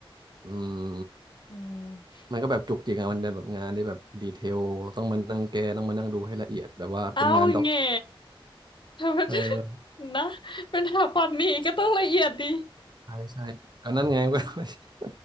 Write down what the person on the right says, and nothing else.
อืม
มันก็แบบจุกจิกอะมันเป็นแบบงานที่แบบดีเทลต้องมานั่งแก้ต้องมานั่งดูให้ละเอียดแบบว่าเป็นงานด็อก
เออ
ใช่ใช่ก็นั่นไง
<laughs> ก็